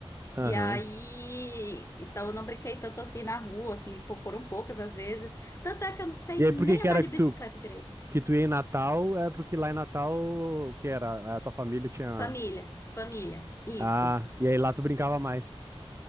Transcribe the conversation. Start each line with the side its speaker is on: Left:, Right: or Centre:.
Right: Aham.
Left: E aí, então eu não brinquei tanto assim na rua, assim, pô, foram poucas as vezes. Tanto é que eu não sei
Right: E aí,
Left: nem
Right: por que que
Left: andar
Right: era
Left: de
Right: que
Left: bicicleta
Right: tu,
Left: direito.
Right: que tu ia em Natal? É porque lá em Natal, o que era? A tua família tinha.
Left: Família, família, isso.
Right: Ah, e aí lá tu brincava mais.